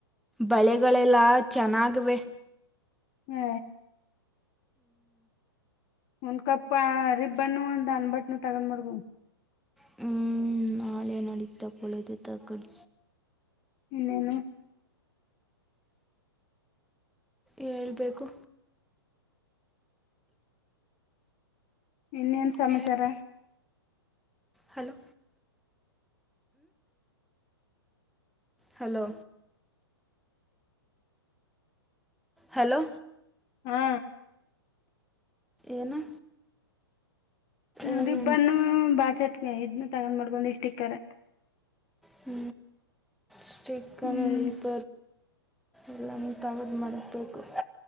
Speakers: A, in the centre; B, on the left.
A: ಬಳೆಗಳೆಲ್ಲ ಚೆನ್ನಾಗವೆ?
B: ಹೇ.. ಒಂದ್ ಕಪ್ಪ ರಿಬ್ಬನ್ನು, ಒಂದ ಅನ್ಬಟ್ನ ತಗೊಂದ್ ಮಾಡಗು
A: ಹ್ಮ್ ನಾಳೆ ನಡತ ಪಳದು ತಕ್ಕಡಿ
B: ಇನ್ನೇನು
A: ಹೇಳ್ಬೇಕು
B: ಇನ್ನೇನ್ ಸಮಾಚಾರ
A: ಹೆಲೋ ಹಲೋ ಹಲೋ ಹಲೋ
B: ಹಾ
A: ಏನು
B: ಹರಿಬ್ಬರ್ನ್ನು
A: ಏನು
B: ಬಾಚಟ್ ಇದನ್ನು ತಗೊಂಡ್ ಮಾಡ್ಕೊಂಡ್ ಇಷ್ಟಿಕ್ಕರ್
A: ಹ ಸ್ಟಿಕನಪ
B: ಹ್ಮ್
A: ಎಲ್ಲಾನ ತಗದು್ ಮಾಡಬೇಕು